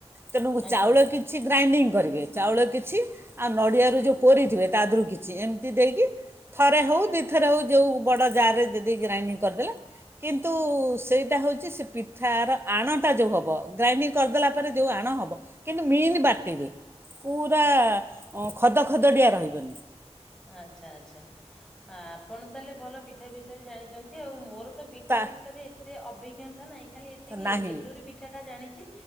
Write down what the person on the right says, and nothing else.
ତେଣୁ
ଚାଉଳ କିଛି ଗ୍ରାଇଣ୍ଡିଙ୍ଗ କରିବେ ଚାଉଳ କିଛି ଆଉ ନଡ଼ିଆରୁ ଯୋଉ କୋରିଥିବେ ତାଦରୁ କିଛି ଏମିତି ଦେଇକି। ଥରେ ହଉ ଦୁଇଥରେ ହେଉ ଯେଉଁ ବଡ଼ ଜାରେ ଯଦି ଗ୍ରାଇଣ୍ଡିଙ୍ଗ କରିଦେଲେ। କିନ୍ତୁ ସେଇଟା ହେଉଛି ସେ ପିଠାର ଆଣଟା ଯେଉ ହ ବ ଗ୍ରାଇଣ୍ଡିଙ୍ଗ କରିଦେଲା ପରେ ଯୋଉ ଆଣ ହବ କିନ୍ତୁ ମିନ୍ ବାଟିରେ। ପୁରା ଖଦଖଦଡିଆ ରହିବନି।
ତା
ନାହିଁ